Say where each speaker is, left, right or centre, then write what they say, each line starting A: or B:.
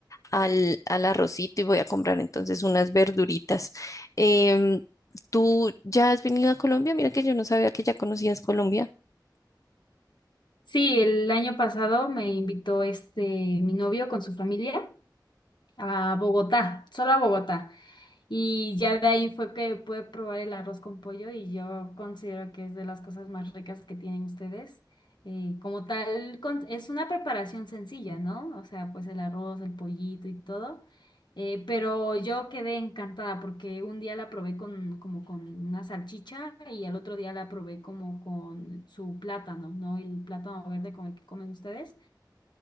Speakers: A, on the left; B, on the left.
A: al, al arrocito y voy a comprar entonces unas verduritas. Em, ¿tú ya has venido a Colombia? Mira que yo no sabía que ya conocías Colombia.
B: Sí, el año pasado me invitó este mi novio con su familia a Bogotá, solo a Bogotá. Y ya de ahí fue que pude probar el arroz con pollo y yo considero que es de las cosas más ricas que tienen ustedes. Eh, como tal, con- es una preparación sencilla, ¿no? O sea, pues el arroz, el pollito y todo. Eh, pero yo quedé encantada porque un día la probé con, como con una salchicha y al otro día la probé como con su plátano, ¿no? El plátano verde con el que comen ustedes.